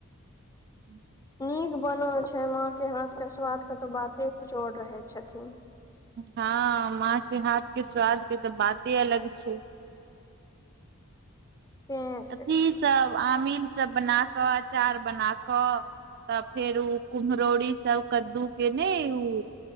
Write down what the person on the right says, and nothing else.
<inaudible>
हँ माँ के हाथ के स्वाद के तऽ बाते अलग छै
अथिसभ
आमीलसभ बना कऽ अचार बना कऽ तब फेर ओ कुम्हरौरी सब कद्दू के नै ओ